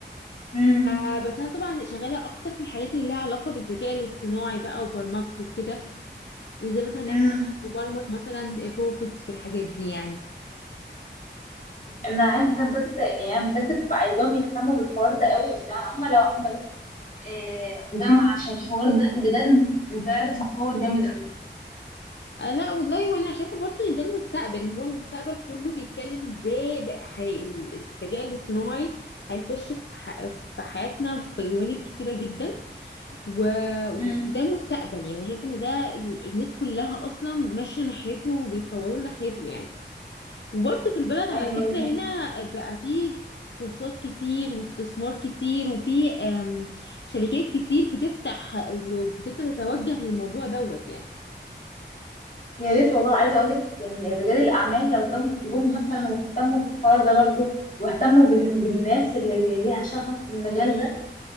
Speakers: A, on the left; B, on the left.
A: مم.
B: فبس انا طبعا شغاله اكتر في الحاجات اللي ليها علاقه بالذكاء الاصطناعي بقى وبرمجته وكده وازاي مثلا
A: مم.
B: احنا نبرمج مثلا الروبوتس والحاجات دي يعني
A: أنا عايزة بجد يعني بجد ببقى عايزاهم يهتموا بالحوار ده قوي لأن هم لو عملوا آه، جامعة عشان الحوار ده بجد البلد هتتطور جامد قوي
B: آه لا والله وانا شايفه برضو ان ده المستقبل هو المستقبل كله بيتكلم ازاي بقى حي... الذكاء الاصطناعي هيخش في, ح... في حياتنا في جوانب كتيره جدا و...
A: مم.
B: وده المستقبل يعني شايف ان ده ال- الناس كلها اصلا ماشيه ناحيته وبيتطوروا ناحيته يعني وبرضه في البلد على
A: أيوة
B: فكره
A: دي حقيقة
B: هنا بقى فيه كورسات كتير واستثمار كتير وفي آم، شركات كتير بتفتح وبتبدا تتوجه للموضوع دوت يعني
A: يا ريت والله عايزه اقول لك يعني رجال الاعمال لو جم جم مثلا واهتموا بالحوار ده برضو واهتموا بال- بالناس اللي اللي ليها شغف في المجال ده